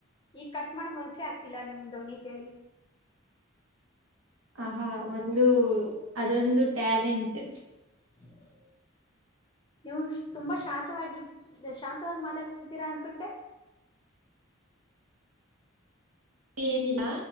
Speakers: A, on the left; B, on the right.
A: ಈಗ ಕಟ್ ಮಾಡ ಮನ್ಸೆ ಆಗ್ತಿಲ್ಲ ನಿಮ್ದವನಿ ಕೇಳಿ
B: ಆಹಾ ಒಂದು ಅದೊಂದು ಟ್ಯಾಲೆಂಟ್
A: ಹ ನೀವು್ ತುಂಬಾ ಶಾಂತವಾಗಿದ್ದ ಶಾಂತವಾಗಿ ಮಾತಾಡ್ತಿದ್ದೀರಾ ಅನ್ಸುತ್ತೆ
B: ಏನಿಲ್ಲ